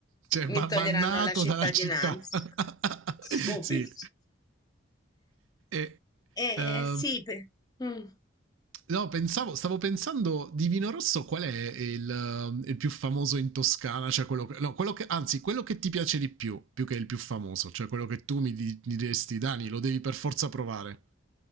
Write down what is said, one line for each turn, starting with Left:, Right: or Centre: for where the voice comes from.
Right: Cioè,
Left: mi
Right: va
Left: toglieranno
Right: bannato
Left: la cittadinanza
Right: dalla città. <laughs>
Left: <laughs> subito.
Right: sì. E,
Left: Eh
Right: ehm,
Left: sì, pe- mm.
Right: no, pensavo, stavo pensando di vino rosso qual è il, ehm, il più famoso in Toscana, cioè quello che, no, quello che, anzi, quello che ti piace di più, più che il più famoso, cioè quello che tu mi, di- mi diresti, Dani, lo devi per forza provare.